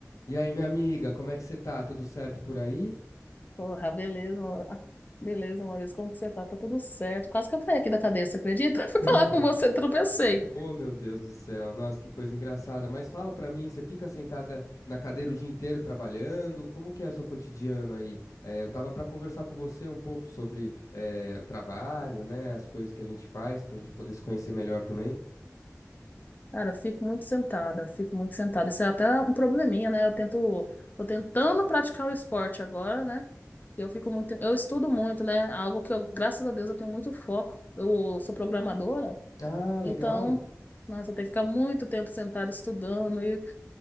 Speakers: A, on the left (about 80°); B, on the left (about 35°).
A: E aí, minha amiga, como é que você tá? Tudo certo por aí?
B: Porra, beleza, amor. beleza, Maurício, como que você tá? Tá tudo certo. Quase que eu caí aqui da cadeira, você acredita? <laughs> Fui
A: <laughs>
B: falar com você, tropecei.
A: Oh, meu Deus do céu, nossa, que coisa engraçada. Mas fala pra mim, você fica sentada na cadeira o dia inteiro trabalhando? Como que é o seu cotidiano aí? Eh, eu tava pra conversar com você um pouco sobre eh, o trabalho, né? As coisas que a gente faz pra gente poder se conhecer melhor também.
B: Cara, fico muito sentada, fico muito sentada. Isso é até um probleminha, né? Eu tento, tô tentando praticar o esporte agora, né? Eu fico muito, eu estudo muito, né? Algo que eu, graças a Deus, eu tenho muito foco. Eu sou programadora,
A: Ah, legal.
B: então, nossa, tem que ficar muito tempo sentada estudando. E